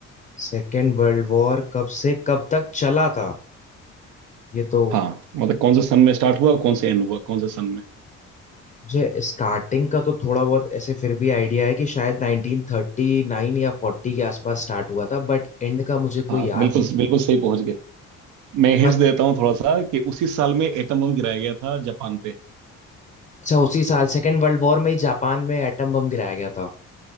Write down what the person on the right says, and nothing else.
हाँ मतलब कौन से सन में स्टार्ट हुआ कौन से एंड हुआ कौन से सन में
हाँ
बिल्कुल
बिल्कुल सही पहुंच गए मैं हिंट
देता हूँ थोड़ा सा कि उसी साल में एटम बम गिराया गया था जापान पे